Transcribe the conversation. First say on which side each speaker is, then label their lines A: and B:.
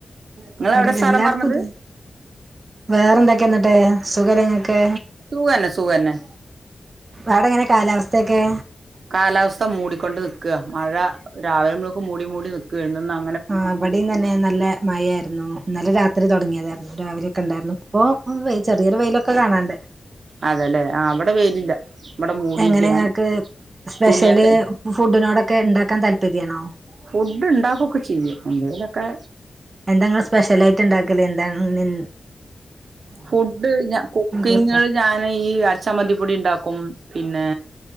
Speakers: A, on the right; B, on the right.
A: നിങ്ങളെവിടെ
B: ഇവിടെ
A: സ്ഥലം
B: എല്ലാടത്ത
A: പറഞ്ഞത്
B: ഇതന്നെ വേറെന്തൊക്ക എന്നിട്ടേ സുഖല്ലങ്ങ ക്ക്
A: സുഖന്നെ സുഖന്നെ
B: അവടെങ്ങനെ കാലാവസ്ഥ ത്തെക്കെ
A: കാലാവസ്ഥ മൂടിക്കൊണ്ട് നിക്കുക മഴ രാവിലെ മുൽക്ക് മൂടി മൂടി നിക്കെയാണ് നി നാ
B: ആ ഇവിട തന്നെ നല്ല മഴായിരുന്നു ഇന്നലെ വെ രാത്രി തുടങ്ങിയതാർരുന്നു രാവിലെയൊക്കെ ഉണ്ടായിർന്നു ഇപ്പൊ വെയി ചെറിയൊ വെയിലൊക്കെ കാണാണ്ട്
A: അതെല്ലേ ആ അവിടെ വെയിലില്ല ഇവിടെ മൂടിയിരിക്കയാണ്
B: എങ്ങനെ ങ്ങൾക്ക് സ്പെഷ്യല്
A: തുണിയൊക്കെ
B: ഫുഡിനോടൊക്കെ ഇണ്ടാക്കാൻ താല് പര്യയാണോ
A: ഫുഡ് ഇണ്ടാക്കുകൊക്കെ ചെയ്യും എന്തെിലൊക്കെ
B: എന്തെങ്കിലും സ്പെഷൽ ആയിട്ട് ഉണ്ടാ ക്ൽ എന്താണ് നി
A: ഫുഡ് ഞ കുക്കിങ്ങില്
B: ഇൻട്രസ്റ്റാ
A: ഞാന് ഈ അരച്ചമ്മന്തിപ്പൊടി ഉണ്ടാക്കും, പിന്നെ